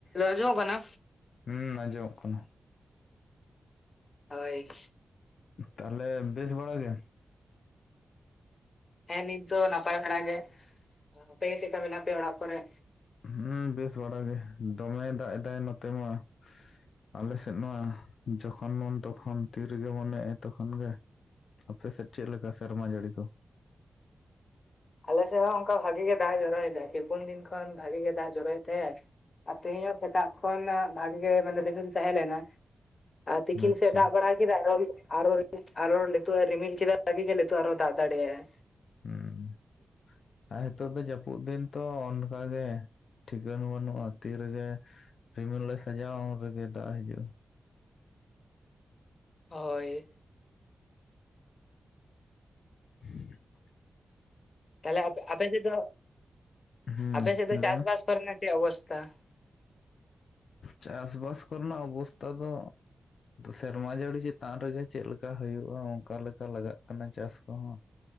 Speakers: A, on the left; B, on the left.
A: ᱟᱧᱡᱚᱢᱚᱜ ᱠᱟᱱᱟ?
B: ᱦᱩᱸ ᱟᱸᱡᱚᱢᱚᱜ ᱠᱟᱱᱟ᱾
A: ᱦᱳᱭ᱾
B: ᱛᱟᱦᱚᱞᱮ ᱵᱮᱥ ᱵᱟᱲᱟ ᱜᱮ?
A: ᱦᱮᱸ ᱱᱤᱛ ᱫᱚ ᱱᱟᱯᱟᱭ ᱵᱟᱲᱟ ᱜᱮ, ᱟᱯᱮ ᱪᱮᱫ ᱞᱮᱠᱟ ᱢᱮᱱᱟᱜ ᱯᱮᱭᱟ ᱚᱲᱟᱜ ᱠᱚᱨᱮ?
B: ᱦᱮᱸ ᱵᱮᱥ ᱵᱟᱲᱟ ᱜᱮ᱾ ᱫᱚᱢᱮ ᱫᱟᱜ ᱮᱫᱟᱭ ᱱᱚᱛᱮ ᱢᱟ᱾ ᱟᱞᱮ ᱥᱮᱫ ᱱᱚᱣᱟ ᱡᱚᱠᱷᱚᱱ ᱵᱚᱱ ᱛᱚᱠᱷᱚᱱ ᱛᱤ ᱨᱮᱜᱮ ᱵᱚᱱ ᱮᱡᱼᱟ ᱛᱚᱠᱷᱚᱱ ᱜᱮᱼᱼ ᱟᱯᱮ ᱥᱮ ᱪᱮᱫ ᱞᱮᱠᱟ ᱥᱮᱨᱢᱟ ᱡᱟᱹᱲᱤ ᱠᱚ?
A: ᱟᱞᱮᱥᱮᱫ ᱦᱚᱸ ᱚᱱᱠᱟ ᱵᱷᱟᱜᱤ ᱜᱮ ᱫᱟᱜ ᱮ ᱡᱚᱨᱚᱭᱮᱫᱟᱭᱮ᱾ ᱯᱮᱯᱩᱱ ᱫᱤᱱ ᱠᱷᱚᱱ ᱵᱷᱟᱜᱤ ᱜᱮ ᱫᱟᱜ ᱡᱚᱨᱚᱭᱮᱫ ᱛᱟᱦᱮ-ᱟᱭ᱾ ᱛᱮᱦᱮᱧ ᱥᱮᱛᱟᱜ ᱠᱷᱚᱱ ᱵᱷᱟᱜᱤ ᱜᱮ ᱢᱟᱱᱮᱢ ᱛᱟᱦᱮᱸ ᱞᱮᱱᱟ ᱟᱨ ᱛᱤᱠᱤᱱ
B: ᱟᱪᱪᱷᱟ
A: ᱥᱮᱫ ᱫᱟᱜ ᱵᱟᱲᱟᱭᱼᱼ ᱠᱮᱫ ᱟᱨ ᱟᱨ ᱟᱨᱚ ᱞᱮ ᱨᱤᱢᱤᱞ ᱠᱮᱫᱟ ᱵᱷᱟᱜᱤ ᱟᱨᱚ ᱫᱟᱜ ᱫᱟᱲᱮᱭᱟᱜᱼᱟ᱾
B: ᱦᱩᱸ᱾
A: ᱦ <unintelligible>
B: ᱟᱨ ᱱᱤᱛᱚᱜ ᱫᱚ ᱡᱟᱹᱯᱩᱫ ᱫᱤᱱ ᱛᱚ, ᱚᱱᱠᱟᱜᱮ ᱴᱷᱤᱠᱟᱹᱱ ᱵᱟᱹᱱᱩᱜᱼᱟ ᱛᱤ ᱨᱮᱜᱮᱼᱼ ᱨᱤᱢᱤᱞ ᱞᱮ ᱥᱟᱡᱟᱣᱟ ᱩᱱ ᱨᱮᱜᱮ ᱫᱟᱜ ᱦᱤᱡᱩᱜᱼᱟ᱾
A: ᱦᱳᱭ᱾
B: <unintelligible>
A: ᱛᱟᱦᱞᱮ ᱟᱯᱮ ᱥᱮᱫ ᱫᱚ
B: ᱦᱩᱸ
A: ᱟᱯᱮ ᱥᱮᱫ ᱫᱚ
B: ᱞᱟᱹᱭ
A: ᱪᱟᱥ
B: ᱢᱮ
A: ᱵᱟᱥ ᱠᱚᱨᱮ ᱨᱮᱱᱟᱜ ᱪᱮᱫ ᱚᱵᱚᱥᱛᱷᱟ? <inaudible>
B: ᱪᱟᱥ ᱵᱟᱥ ᱠᱚᱨᱮᱱᱟᱜ ᱚᱵᱚᱥᱛᱟ ᱫᱚᱼᱼ ᱥᱮᱨᱢᱟ ᱡᱟᱹᱲᱤ ᱪᱮᱛᱟᱱ ᱨᱮᱜᱮ ᱪᱮᱫᱮ ᱞᱮᱠᱟ ᱦᱩᱭᱩᱜᱼᱟ, ᱚᱱᱠᱟ ᱞᱮᱠᱟ ᱞᱟᱜᱟᱜ ᱠᱟᱱᱟ ᱪᱟᱥ ᱠᱚᱦᱚᱸ᱾